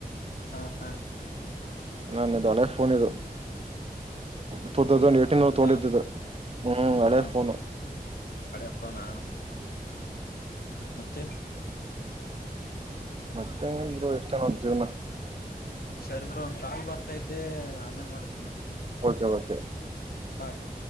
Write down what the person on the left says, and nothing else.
ಹಾ ಹಾ.
ಹಾ
ಹೌದಾ
ಹಾ
ಹಳೆ ಫೋನ್ ಆ ಮತ್ತೆ.
ಶರಿ ಬಿ್ರ ಒಂದ್ ಕಾಲ್ ಬರ್ತೈತೆ ಆಮೇಲ್ ಮಾಡ್ತನಿ.
ಬಾಯ್.